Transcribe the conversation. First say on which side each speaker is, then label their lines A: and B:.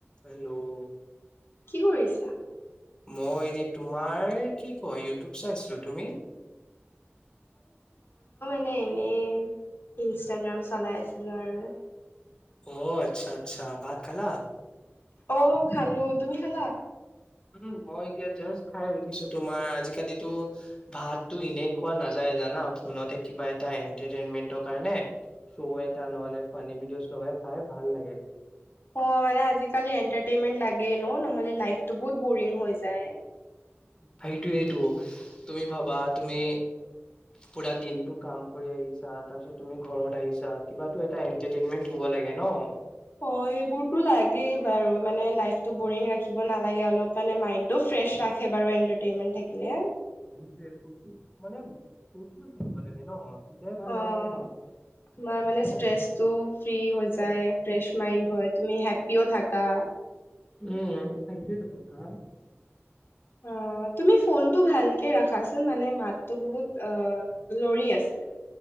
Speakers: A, on the left (about 20°); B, on the left (about 55°).
A: হেল্ল'
B: কি কৰিছা?
A: মই এনে তোমাৰ কি কয় ই যুটোপ চাইছিলো, তুমি?
B: এনে এনেই ইনষ্টাগ্ৰাম চলাই আছিলো আৰু।
A: অ আচ্ছা আচ্ছা ভাত খালা?
B: অ খালো তুমি? খালা?
A: উম মই এতিয়া জাষ্ট খাই উঠিছো। তোমাৰ আজিকালি টো ভাত টো এনে খোৱা নাযা যায় জানা ফোনতে কিবা এটা এণ্টাৰটেইনমেন্টৰ কাৰণে শ্ব' এটা নহ'লে ফানি ভিডিঅ'চ লগাই খাই ভাল লাগে।
B: অ মানে আজিকালি এণ্টাৰটেইনমেন্ট লাগেই ন নহলে লাইফটো বহুত বৰিং হৈ যায়।
A: সেইটোৱেইটো তুমি ভাবা তুমি পুৰা দিনটো কাম কৰি আহিছা তাৰ পিছত তুমি ঘৰত আহিছা কিবা এটা এটাৰেইনমেন্ হব লা গে ন।
B: হয় এইবোৰতো লাগেই বাৰু মানে লাইফটো বৰিং ৰাখিব নালাগে অলপ মানে মাইনটো ফ্ৰেছ ৰাখে বাৰু এটাৰটেইনমেন্ট থাকিলে।
A: সেইটোয়ে ফুৰ্তি মানে ফূুৰ্তি হৈ থাকিব লাগে ন তেতিয়াইে ভাল
B: অ'
A: লাগে মনটো।
B: তোমাৰ মানে
A: হয়
B: ষ্ট্ৰেছটো
A: নে নহয়?
B: ফ্ৰী হৈ যায় ফ্ৰেছ মাইণ্ড হয় তুমি হেপ্পিও থাকা।
A: উম সেইটোৱেই কথা।
B: অ তুমি ফোনটো ভাল কে ৰাখাচোন মানে মাতো বহুত অ লৰি আছে।